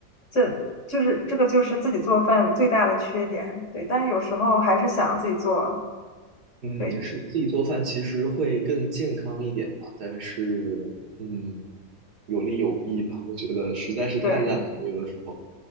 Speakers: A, on the left; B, on the right.
A: 这就是这个就是自己做饭最大的缺点。对，但有时候还是想自己做。
B: 嗯，
A: 对
B: 是的，自己做饭其实会更健康一点嘛，但是嗯，有利有弊吧，我觉得实在是太懒了，
A: 对
B: 有的时候。